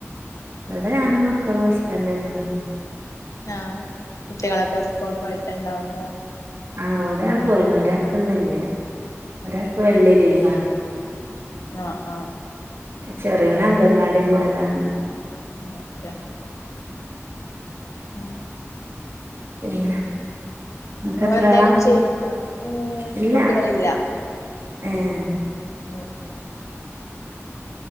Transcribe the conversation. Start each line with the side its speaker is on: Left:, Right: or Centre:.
Right: ഇവിടെ ഞാനും മക്കളും ഹസ്ബൻഡുഞ്ഞൊള്ളൂ
Left: ആ കുട്ടികളൊക്കെ സ്കൂൾ പോയിട്ട ഇണ്ടാവല്ലേ
Right: ആ ഒരാൾ പോയിണ് ഒരാക്ക് ന്നില്ല ഒരാക്ക് വെള്ളി ലീവാ
Left: ആ ആ
Right: ചെറിയോന് അംഗൻവാടി പോയതാണ്
Left: ഓക്കെ ഉം
Right: പിന്നെ ഇങ്ങക്ക്
Left: ഉ
Right: എത്ര
Left: എന്തേലും
Right: ആളാ
Left: ചെയ്യ്ണ്ടോ ഉം
Right: ഇല്ല
Left: കുട്ടികളില്ല
Right: ഏഹ്
Left: <inaudible>